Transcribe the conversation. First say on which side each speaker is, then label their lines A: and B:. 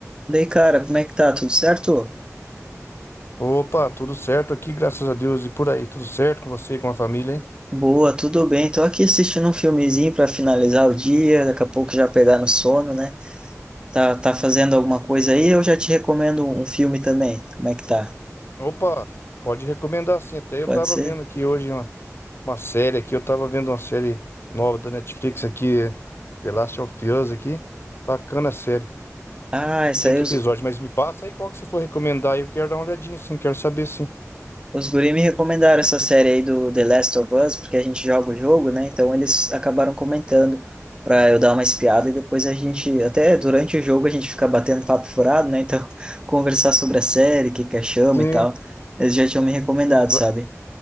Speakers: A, on the right; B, on the left.
A: Daí, cara, como é que tá? Tudo certo?
B: Opa, tudo certo aqui, graças a Deus. E por aí, tudo certo com você, e com a família, hein?
A: Boa, tudo bem. Tô aqui assistindo um filmezinho pra finalizar o dia, daqui a pouco já pegar no sono, né? Tá, tá fazendo alguma coisa aí? Eu já te recomendo um filme também. Como é que tá?
B: Opa, pode recomendar sim. Até eu
A: Pode
B: tava
A: ser?
B: vendo aqui hoje uma, uma série aqui, eu tava vendo uma série nova da Netflix aqui, The Last of Us aqui. Bacana a série,
A: Ah, essa
B: quinto
A: aí os,
B: episódio. Mas me passa aí qual que você for recomendar aí, eu quero dar uma olhadinha sim, quero saber sim.
A: os guri me recomendaram essa série aí do The Last of Us, porque a gente joga o jogo, né? Então eles acabaram comentando pra eu dar uma espiada e depois a gente, até durante o jogo a gente fica batendo papo furado, né? Então <laughs> conversar sobre a série, o que que achamos
B: Sim,
A: e tal. Eles já tinham me recomendado,
B: ela,
A: sabe?